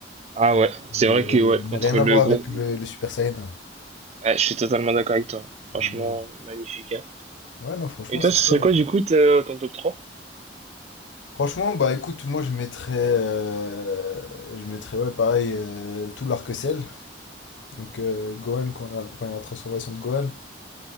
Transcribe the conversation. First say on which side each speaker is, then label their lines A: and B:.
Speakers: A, on the right; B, on the left.
A: Ah ouais, c'est
B: Mais,
A: vrai que, ouais,
B: mais
A: contre
B: rien à
A: le
B: voir
A: gros
B: avec
A: bout,
B: le,
A: là,
B: le Super Saiyan 1.
A: ouais, je suis totalement d'accord avec toi. Franchement,
B: Rien à voir.
A: magnifique, hein.
B: Ouais, non, franchement,
A: Et toi,
B: c'est
A: ce
B: sûr.
A: serait
B: hein.
A: quoi, du coup, ta- ton top trois
B: Franchement, bah écoute, moi je mettrais, euh, je mettrais ouais, pareil, euh, tout l'arc-en-ciel. Donc euh, Gohan, quand il y a, quand il y a la transformation de Gohan,